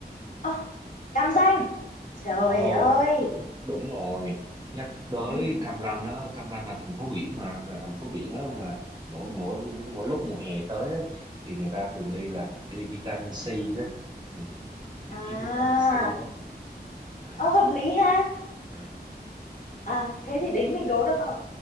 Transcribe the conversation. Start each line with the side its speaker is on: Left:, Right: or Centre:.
Left: Ơ, cam danh trời
Right: Ồ,
Left: ơi
Right: đúng rồi nhắc tới
Left: Ừ.
Right: Cam Ranh á Cam Ranh là thành phố biển mà là thành phố biển á mà mỗi mỗi mỗi lúc mùa hè tới á, thì người ta thường đi là đi vitamin C đó ừ, đi
Left: à
Right: kiếm vitamin C đó à
Left: ờ, hợp lý ha
Right: à
Left: à thế thì đến mình đố được không